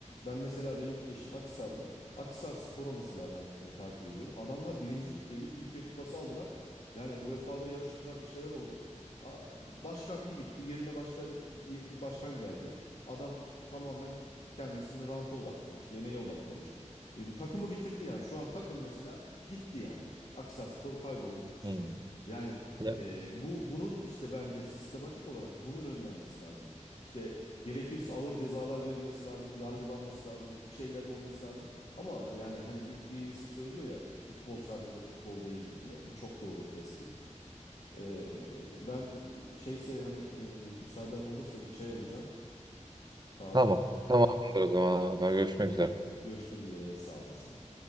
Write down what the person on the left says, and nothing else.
ben mesela benim eşim Akhisarlı. Akhisar Spor'u mesela ben e, takip ediyordum. Adamlar birinci ligdeydi. Türkiye Kupası aldılar. Yani UEFA'da yarıştılar bir şeyler oldu. Aa, Başkan bir gitti yerine başka diye bir başkan geldi. Adam e, tamamen kendisini ranta odaklamış, yemeğe odaklamış. E, bir takımı bitirdi yani. Şu an takım mesela gitti yani. Akhisarspor kayboldu gitti
şu anda. Yani
e, bu bunun işte bence sistematik olarak bunun önlenmesi lazım. İşte gerekirse ağır cezalar verilmesi lazım, yargılanması lazım, bir şeyler olması lazım. Ama yani hani bir birisi söylüyor ya futbol sadece futbol değildir diye. Bu çok doğru bir tespit. E, ben şeyse hani e, müsaaden olursa bir çay alacağım Tacım.
Görüşmek üzere sağ olasın.